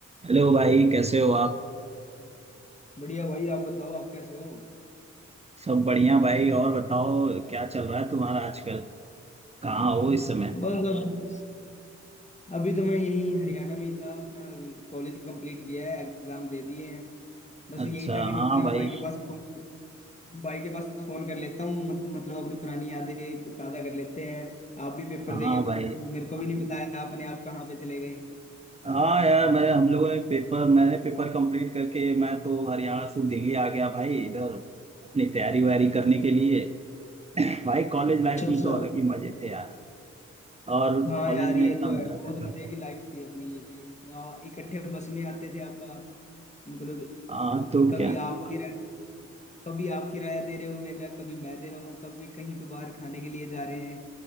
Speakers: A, on the right; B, on the left.
A: हेलो भाई कैसे हो आप
B: बढ़िया भाई आप बताओ आप कैसे हो
A: सब बढ़िया भाई और बताओ क्या चल रहा है तुम्हारा आजकल कहाँ हो इस समय
B: बस अब अभी तो मैं यही हरियाणा में ही था अपना कॉलेज कंप्लीट किया है एग्जाम दे दिए हैं बस
A: अच्छा
B: यही था कि मैं
A: हाँ भाई
B: भाई के पास फोन भाई के पास फोन कर लेता हूँ मत- मतलब अपनी पुरानी यादें ताजा कर लेते हैं आप भी पेपर
A: हाँ
B: दे के
A: भाई
B: मेरे को भी नहीं बताया आपने आप कहाँ पे चले गए
A: हाँ यार मैं हम लोगों ने पेपर मैंने पेपर कंप्लीट करके मैं तो हरियाणा से दिल्ली आ गया भाई इधर अपनी तैयारी वैयारी करने के लिए <clears throat> भाई कॉलेज लाइफ
B: अच्छा अच्छा
A: में तो अलग ही मजे थे यार और
B: हाँ
A: कॉलेज
B: यार
A: में
B: ये
A: इतना
B: तो
A: मजा
B: है बहुत
A: आता
B: मजे
A: था
B: की लाइफ थी अपनी ये वहाँ इकट्ठे बस में आते थे आप मतलब
A: हाँ तो
B: कभी
A: क्या
B: आपकी कभी आप किराया दे रहे हो मेरा कभी मैं दे रहा हूँ कभी कहीं पे बाहर खाने के लिए जा रहे हैं